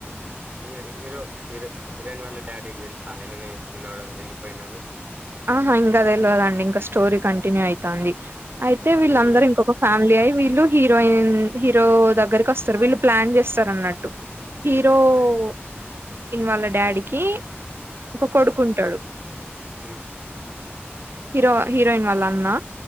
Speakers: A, on the right (about 40°); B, on the right (about 60°).
A: హీ హీరో హీరో హీరోయిన్ వాళ్ళ డాడీకి తెలుసా ఆయననే చిన్నోడు ఎల్లిపోయిండని
B: ఆహా ఇంకా తెలియదండి ఇంకా స్టోరీ కంటిన్యూ అవుతుంది అయితే వీళ్ళందరూ
A: హ్మ్.
B: ఇంకొక ఫ్యామిలీ అయి వీళ్ళు హీరోయిన్ హీరో దగ్గరికి వస్తారు వీళ్ళు ప్లాన్ చేస్తారు అన్నట్టు
A: హ్మ్.
B: హీరోయిన్
A: ఆయ్
B: వాళ్ళ డాడీకి ఒక కొడుకు ఉంటాడు
A: హ
B: హీరో హీరోయిన్ వాళ్ల అన్నా